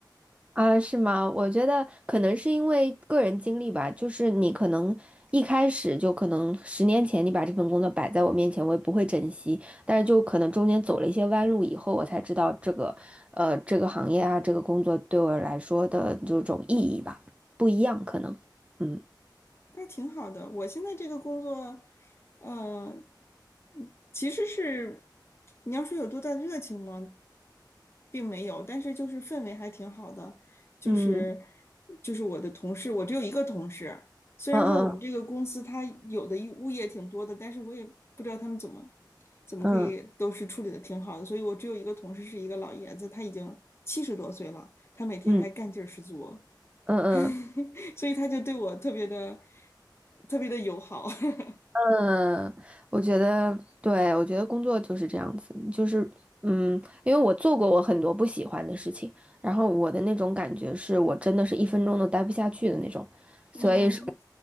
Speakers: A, on the right; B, on the left.
A: 啊，是吗？我觉得可能是因为个人经历吧，就是你可能一开始就可能十年前你把这份工作摆在我面前，我也不会珍惜，但是就可能中间走了一些弯路以后，我才知道这个，呃，这个行业啊，这个工作对我来说的这种意义吧，不一样可能。嗯
B: 那挺好的。我现在这个工作，呃，嗯其实是你要说有多大热情吗，并没有，但是就是氛围还挺好的，就是
A: 嗯
B: 就是我的同事，我只有一个同事，虽然说我们这个公司它有的一物业挺多的，
A: 嗯
B: 但是我也不知道他们怎么怎么可以都是处理的挺好的，
A: 嗯嗯
B: 所以我只有一个同事是一个老爷子，他已经七十多岁了，他每天还干劲儿十足。
A: 嗯嗯嗯。嗯
B: <laughs> 所以他就对我特别的特别的友好。<laughs>
A: 嗯，我觉得，对，我觉得工作就是这样子，就是，嗯，因为我做过我很多不喜欢的事情，然后我的那种感觉是我真的是一分钟都待不下去的那种，所以说。
B: 嗯，